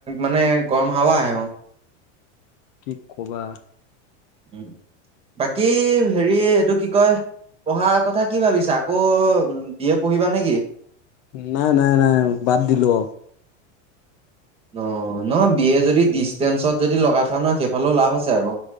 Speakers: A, on the right; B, on the left.
A: মানে গৰম হাৱা আহে অ।
B: কি ক'বা।
A: উ বাকী হেৰি এইটো কি কয়, পঢ়াৰ কথা কি ভাবিছা আকৌ বিয় পঢ়িবা নেকি?
B: নাই নাই নাই বাদ দিলো।
A: অ ন বিয় যদি ডিচষ্টেঞ্চত যদি লগাই থোৱা নহয় সেইফালেও লাভ আছে ক।